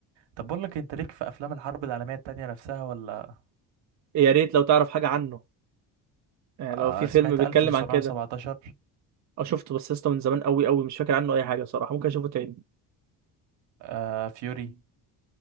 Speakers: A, on the right (about 70°); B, on the right (about 40°).
A: طب بقول لك انت ليك في افلام الحرب العالميه التانية نفسها ولا
B: يا ريت لو تعرف حاجه عنه يعني لو
A: آه
B: في فيلم
A: سمعت
B: بيتكلم
A: 1917
B: عن كده او شفته بس يا اسطى من زمان قوي قوي مش فاكر عنه اي حاجه صراحه ممكن اشوفه تاني
A: آه فيوري